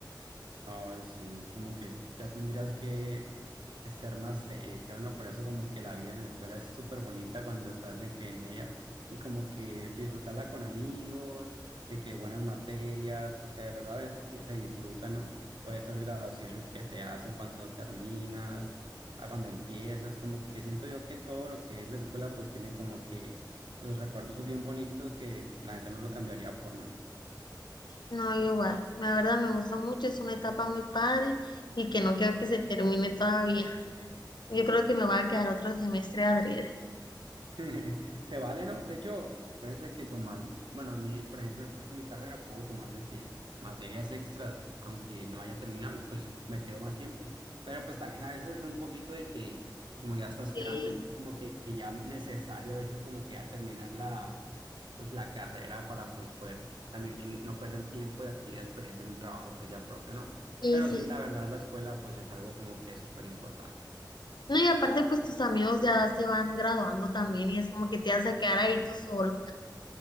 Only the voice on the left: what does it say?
No, igual, la verdad me gusta mucho, es una etapa muy padre y que no quiero que se termine todavía. Yo creo que me va a quedar otro semestre adrede.
Sí,
sí,
sí.
No, y aparte, pues tus amigos ya se van graduando también y es como que te vas a quedar ahí tú solo.